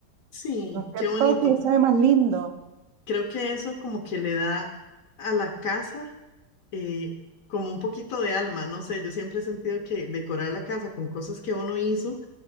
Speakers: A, on the left (about 55°); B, on the right (about 70°).
A: Sí,
B: ¿no es cierto?
A: qué bonito.
B: Que se ve más lindo,
A: Creo que eso como que le da a la casa eh, como un poquito de alma, no sé, yo siempre he sentido que decorar la casa con cosas que uno hizo